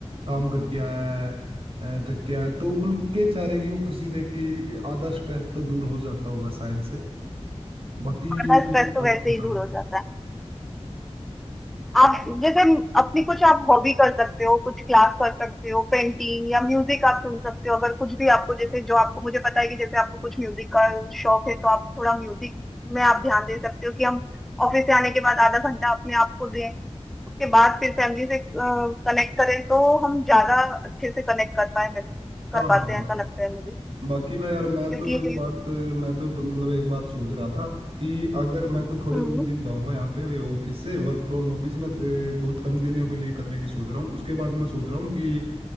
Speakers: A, on the right; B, in the centre.
A: काम करके आया है अ, थक के आया है, तो उनके चेहरे की वो खुशी देख के ही आधा स्ट्रेस तो दूर हो जाता होगा शायद से बाकी
B: आधा स्ट्रेस
A: कुछ
B: तो
A: आप
B: वैसे
A: बताओ
B: ही दूर हो जाता है आप जैसे अपनी कुछ आप हॉबी कर सकते हो कुछ क्लास कर सकते हो पेंटिंग या म्यूजिक आप सुन सकते हो अगर कुछ भी आपको जैसे जो आपको मुझे पता है कि जैसे आपको कुछ म्यूजिक का शौक है तो आप थोड़ा म्यूजिक में आप ध्यान दे सकते हो कि हम ऑफिस से आने के बाद आधा घंटा अपने आप को दें उसके बाद फिर फैमिली से कनेक्ट करें तो हम ज्यादा अच्छे से कनेक्ट कर पाए मिल-
A: हाँ
B: कर पाते
A: हाँ हाँ
B: हैं ऐसा लगता है मुझे
A: बाकी ना यार मैं
B: क्योंकि
A: तो एक बात मैं तो मतलब एक बात सोच रहा था कि अगर मैं तो थोड़े
B: हम्म
A: बहुत दिन जाऊंगा यहाँ पे ऑफिस से वर्क फ्रॉम ऑफिस में अ, बहुत कम दिनों के लिए करने की सोच रहा हूँ उसके बाद मैं सोच रहा हूँ कि